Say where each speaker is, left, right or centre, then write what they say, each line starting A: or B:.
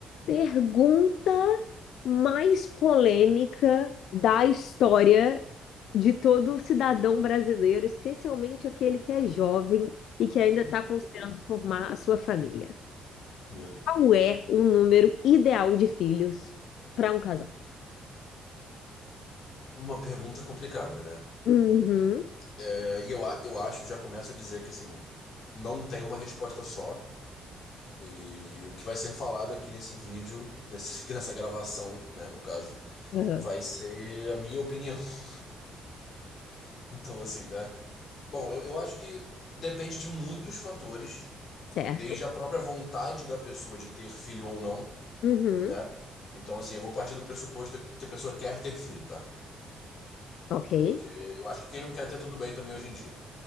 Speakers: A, on the left; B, on the left.
A: Pergunta mais polêmica da história de todo cidadão brasileiro, especialmente aquele que é jovem e que ainda está considerando
B: Deus,
A: formar a sua família.
B: Medo.
A: Qual é o número ideal de filhos para um casal?
B: Uma pergunta complicada, né?
A: Uhum,
B: É, e eu, a- eu acho, já começo a dizer que assim, não tem uma resposta só. E o que vai ser falado aqui nesse vídeo, nesse, <laughs> nessa gravação, né, no caso,
A: uhum,
B: vai ser a minha opinião. <laughs> Então, assim, né? Bom, eu, eu acho que depende de muitos fatores,
A: certo.
B: desde a própria vontade da pessoa de ter filho ou não,
A: Uhum,
B: né? Então, assim, eu vou partir do pressuposto que a pessoa quer ter filho, tá?
A: ok.
B: Porque eu acho que quem não quer ter tudo bem também hoje em dia.